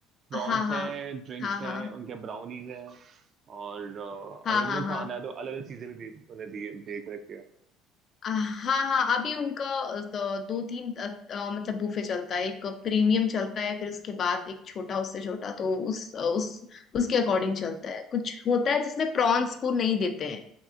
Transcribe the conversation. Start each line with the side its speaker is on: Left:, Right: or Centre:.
Right: प्रॉन्स
Left: हाँ हाँ
Right: है ड्रिंक्स
Left: हाँ
Right: हैं
Left: हाँ
Right: उनके ब्राउनीज हैं और
Left: हाँ
Right: अ, अगर तुम्हें
Left: हाँ
Right: खाना
Left: हाँ हाँ
Right: है तो अलग अलग चीजें भी दे उन्हें दे, देख रखी है
Left: हाँ हाँ अभी उनका अ, द- दो तीन अ, अ, मतलब बूफे चलता है एक प्रीमियम चलता है फिर उसके बाद एक छोटा उससे छोटा तो उस अ, उस उसके अकॉर्डिंग चलता है कुछ होता है जिसमें प्रॉन्स को नहीं देते हैं